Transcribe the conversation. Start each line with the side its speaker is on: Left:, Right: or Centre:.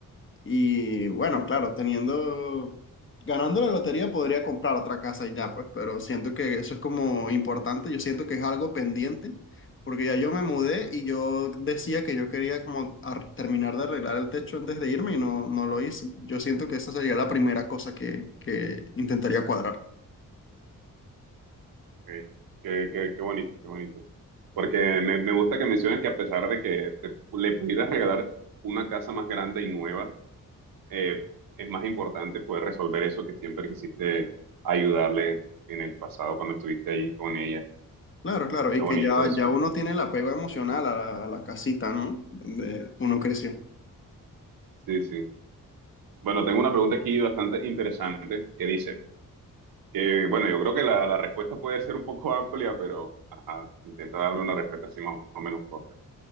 Left: y bueno, claro, teniendo, ganando la lotería podría comprar otra casa y ya, pues, pero siento que eso es como importante, yo siento que es algo pendiente, porque ya yo me mudé y yo decía que yo quería como ar- terminar de arreglar el techo antes de irme y no, no lo hice. Yo siento que esa sería la primera cosa que, que intentaría cuadrar.
Right: Ok. Qué, qué, qué bonito, qué bonito. Porque me, me gusta que menciones que a pesar de que te- le pudieras regalar una casa más grande y nueva, eh, es más importante poder resolver eso que siempre quisiste ayudarle en el pasado cuando estuviste ahí con ella.
Left: Claro,
Right: Eh,
Left: claro,
Right: está
Left: y que
Right: bonito
Left: ya,
Right: eso.
Left: ya uno tiene el apego emocional a la, a la casita, ¿no? Donde uno creció.
Right: Sí, sí. Bueno, tengo una pregunta aquí bastante interesante que dice, que bueno, yo creo que la, la respuesta puede ser un poco amplia, pero ajá, intenta darme una respuesta así más o menos corta.